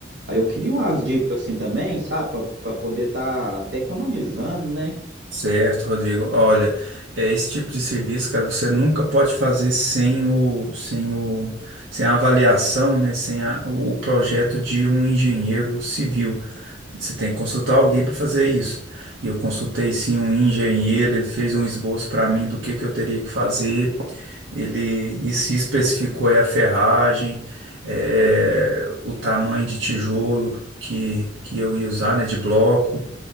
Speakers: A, on the right; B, on the right.
A: Aí eu queria umas dicas assim também, sabe? Para poder estar até economizando, né?
B: Certo, Rodrigo. Olha, é esse tipo de serviço, cara, você nunca pode fazer sem o, sem o, sem a avaliação, né? Sem a- o projeto de um engenheiro civil. Você tem que consultar alguém para fazer isso. E eu consultei sim um engenheiro, ele fez um esboço para mim do que que eu teria que fazer. Ele e se especificou aí a ferragem, eh, o tamanho de tijolo que, que eu ia usar, né? De bloco